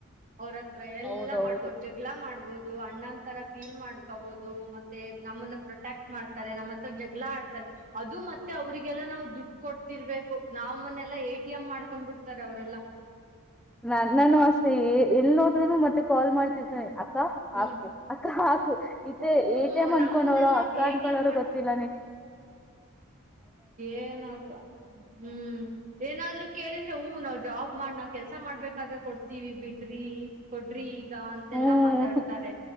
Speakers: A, on the right (about 35°); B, in the centre.
A: ಅವ್ರತ್ರ ಎಲ್ಲಾ
B: ಹೌದೌದು
A: ಮಾಡ್ಬೋದು ಜಗಳ ಮಾಡ್ಬೋದು ಅಣ್ಣನ್ ತರ ಫೀಲ್ ಮಾಡ್ಕೋಬಹುದು ಮತ್ತೆ ನಮ್ಮನ್ನ ಪ್ರೊಟೆಕ್ಟ್ ಮಾಡ್ತಾರೆ ನಮ್ಮ್ ಹತ್ರ ಜಗಳ ಆಡ್ತಾರೆ ಅದು ಮತ್ತೆ ಅವ್ರಿಗೆಲ್ಲ ನಾವು ದುಡ್ ಕೊಡ್ತಿರ್ಬೇಕು ನಾವನ್ನೆಲ್ಲಾ ಏ ಮಾಡ್ಕೊಂಡ್ ಬಿಡ್ತಾರೆ ಅವರೆಲ್ಲಾ
B: ನನ್ನಾನು ಅಷ್ಟೇ ಎಲ್ಲಿದ್ನು ಮತ್ತೆ ಕಾಲ್ ಮಾಡ್ತಿರ್ತೇನೆ ಅ
A: ಹ್ಮ್
B: ಹಾಕು ಅಕ್ಕ ಹಾಕು ಇತ್ತ
A: ಹೂ
B: ಎ ಟಿ ಎಂ ಅನ್ಕೊಂಡೋರ
A: ನಮ್ಮನೆಲ್ಲಾ
B: ಅಕ್ಕ
A: ಎ
B: ಅನ್ಕೊಂಡೋರು
A: ಟಿ ಎಂ
B: ಗೊತ್ತಿಲ್ಲ ನೀ
A: ಏನಪ್ಪ ಹ್ಮ್ ಏನಾದ್ರು ಕೇಳಿದ್ರೆ ಹೂ ನಾವ್ ಜಾ ಮಾಡ ನಾವ್ ಕೆಲ್ಸ ಮಾಡ್ಬೇಕಾದ್ರೆ ಕೊಡ್ತೀವಿ ಬಿಡ್ರಿ ಕೊಡ್ರಿ ಅಂತೆಲ್ಲಾ
B: ಹ್ಮ್
A: ಮಾತಾಡ್ತಾರೆ